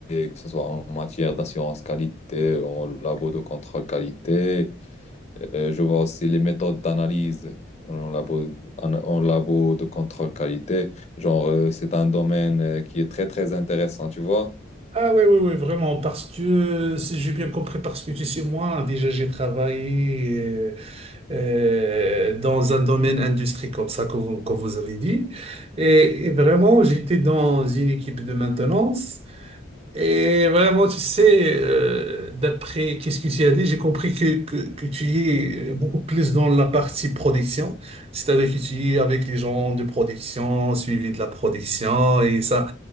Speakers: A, on the left (about 35°); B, on the right (about 30°).
A: que ce soit en matière d'assurance qualité, en labo de contrôle qualité. Euh, je vois aussi les méthodes d'analyse en labo, en, en labo de contrôle qualité. Genre, euh, c'est un domaine euh, qui est très, très intéressant, tu vois?
B: Ah ouais, ouais, ouais, vraiment, parce que, si j'ai bien compris, parce que tu sais, moi, déjà, j'ai travaillé euh, euh, dans un domaine industrie comme ça, comme, vous comme vous avez dit. Et, et vraiment, j'étais dans une équipe de maintenance. Et vraiment, tu sais, euh, d'après qu'est-ce que tu as dit, j'ai compris que, que, que tu es euh, beaucoup plus dans la partie production, c'est-à-dire que tu es avec les gens de production, suivi de la production et ça.